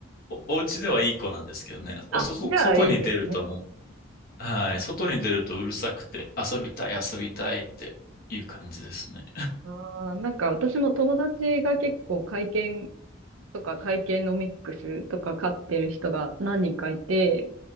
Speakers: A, on the left; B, on the right.
A: お、お家ではいい子なんですけどね。おそ、
B: あ、
A: そ外に出るともう、
B: じゃあいいですね。
A: はい、外に出るとうるさくて、遊びたい、遊びたいっていう感じですね。
B: あー、なんか私も友達が結構会見とか会計のミックスとか買ってる人が何人かいて、